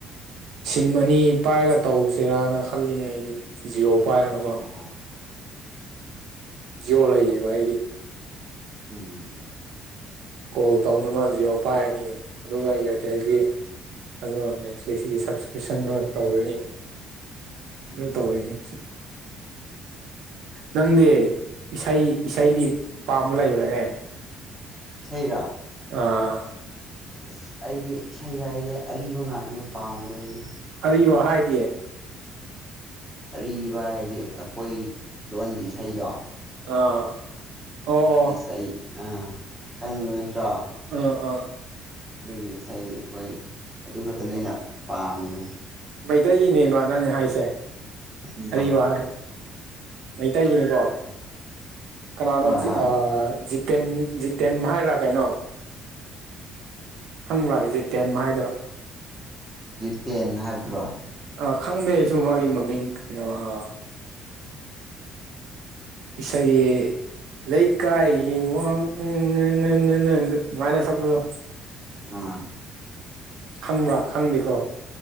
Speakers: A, on the right (about 70°); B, in the centre.
A: ꯁꯤꯝ ꯑꯅꯤ ꯄꯥꯏꯔꯒ ꯇꯧꯁꯤꯔꯅ ꯈꯜꯂꯤꯅꯦ ꯑꯩꯗꯤ ꯖꯤꯌꯣ ꯄꯥꯏꯔꯒ ꯀꯣ꯫
B: ꯑꯥ꯫
A: ꯖꯤꯌꯣ ꯂꯩꯌꯦꯕ ꯑꯩꯒꯤ꯫
B: ꯎꯝ꯫
A: ꯀꯣꯜ ꯇꯧꯅꯕ ꯖꯤꯑꯣ ꯄꯥꯏꯔꯅꯤ ꯑꯗꯨꯒ ꯏꯌꯥꯔꯇꯦꯜꯗꯤ ꯑꯗꯣ ꯅꯦꯠꯐ꯭ꯂꯤꯛꯁꯀꯤ ꯁꯕꯁꯀ꯭ꯔꯤꯞꯁꯟꯗꯣ ꯇꯧꯔꯅꯤ꯫
B: ꯎꯝ
A: ꯑꯗꯨ ꯇꯧꯔꯦꯅꯤ ꯅꯪꯗꯤ ꯏꯁꯩ ꯏꯁꯩꯗꯤ
B: ꯑꯩ
A: ꯄꯥꯝꯕ ꯂꯩꯕ꯭ꯔꯅꯦ꯫
B: ꯏꯁꯩꯔꯣ?
A: ꯑꯥ꯫
B: ꯑꯁ ꯑꯩꯗꯤ ꯏꯁꯩ ꯍꯥꯏꯔꯤꯁꯦ ꯑꯔꯤꯕ ꯉꯥꯛꯇꯅꯤ ꯄꯥꯝꯕꯗꯤ ꯑꯩꯗꯤ꯫
A: ꯑꯔꯤꯕ ꯍꯥꯏꯗꯤ?
B: ꯑꯔꯤꯕ ꯍꯥꯏꯗꯤ ꯑꯩꯈꯣꯏ ꯂꯣꯟꯒꯤ ꯏꯁꯩꯗꯣ꯫
A: ꯑꯥ꯫ ꯑꯣ ꯑꯣ
B: ꯏꯁꯩ ꯑ ꯈꯪꯕ ꯅꯠꯇ꯭ꯔꯣ?
A: ꯑꯥ ꯑꯥ꯫
B: ꯑꯗꯨꯒꯤ ꯏꯁꯩ ꯑꯩꯈꯣꯏ ꯑꯗꯨ ꯈꯛꯇꯅꯦ ꯑꯩꯅ ꯄꯥꯝꯃꯤꯁꯦ꯫
A: ꯃꯩꯇꯩꯒꯤꯅꯦꯕ ꯅꯪꯅ ꯍꯥꯏꯁꯦ
B: ꯎꯝ
A: ꯑꯔꯤꯕ ꯍꯥꯏ ꯃꯩꯇꯩꯒꯤꯅꯤꯀꯣ ꯀꯅꯥꯅꯣ
B: ꯍꯣꯏ ꯍꯣꯏ
A: ꯑ ꯖꯤꯇꯦꯝ ꯖꯤꯇꯦꯝ ꯍꯥꯏꯔꯥ ꯀꯥꯏꯩꯅꯣ? ꯈꯪꯕ꯭ꯔꯥ ꯖꯤꯇꯦꯝ ꯍꯥꯏꯗꯣ?
B: ꯖꯤꯇꯦꯟ ꯍꯥꯏꯕꯗꯨꯔꯣ?
A: ꯑ ꯈꯪꯗꯦ ꯑꯩꯁꯨ ꯃꯥꯒꯤ ꯃꯃꯤꯡ ꯀꯩꯅꯣ ꯑ ꯏꯁꯩ ꯂꯩꯀꯥꯏ ꯋꯥꯡ ꯎꯝ ꯅꯅꯅꯦ ꯁꯨꯃꯥꯏꯅ ꯁꯛꯄꯗꯣ
B: ꯑ
A: ꯈꯪꯕ꯭ꯔꯥ ꯈꯪꯗꯦꯀꯣ